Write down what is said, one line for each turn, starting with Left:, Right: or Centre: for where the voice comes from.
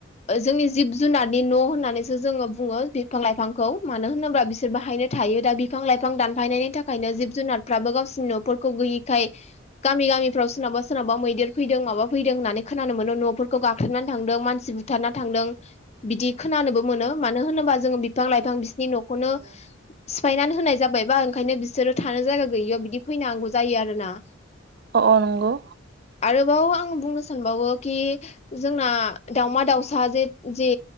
Left: जोंनि जिब जुनारनि न' होननानैसो जोङो बुङो बिफां-लाइफांखौ मानो होनोब्ला बिसोर बाहायनो। थायो दा बिफां-लाइफां दानफायनायनि थाखायनो जिब जुनारफ्राबो गावसिनि न'फोरखौ गैयैखाय। गामि गामिफ्राव सोरनावबा सोरनावबा मैदेर फैदों माबा फैदों होननानै खोनानो मोनो न'फोरखौ गाख्लेबनानै थांदों मानसि बु बुथारना थांदों बिदि खोनानोबो मोनो मानो होनोबा जोङो बिफां-लाइफां बिसिनि न'खौनो। सिफायनानै होनाय जाबायबा ओंखायनो बिसोरो थानो जायगा गैयियाव बिदि फैनांगौ जायो आरो ना।
Right: अ अ नंगौ।
Left: आरोबाव आं बुंनो सानबावो कि जोंना दावमा दावसा जे जे